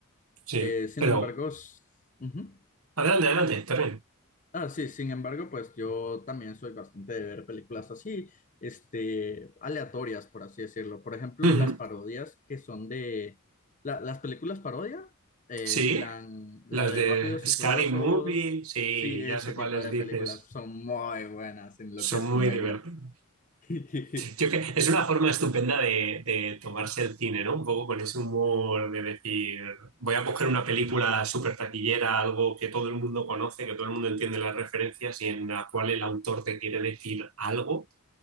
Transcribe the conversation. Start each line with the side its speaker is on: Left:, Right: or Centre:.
Right: Sí,
Left: Eh, sin
Right: pero
Left: embargo, s- ujú.
Right: adelante, adelante, termino.
Left: Ah, sí, sin embargo, pues yo también soy bastante de ver películas así, este, aleatorias, por así decirlo. Por ejemplo,
Right: Ujú,
Left: las parodias que son de la- las películas parodia, eh,
Right: Sí,
Left: plan, la
Right: las
Left: de
Right: de
Left: Rápidos
Right: Scary
Left: y Furiosos,
Right: Movie, sí,
Left: sí, ese
Right: ya sé
Left: tipo
Right: cuáles
Left: de
Right: dices.
Left: películas son muy buenas en lo
Right: Son
Left: que es
Right: muy
Left: comedia.
Right: divertidas.
Left: <laughs>
Right: Yo que es una forma estupenda de, de tomarse el cine, ¿no? Un poco con ese humor de decir, voy a coger una película súper taquillera, algo que todo el mundo conoce, que todo el mundo entiende las referencias y en la cual el autor te quiere decir algo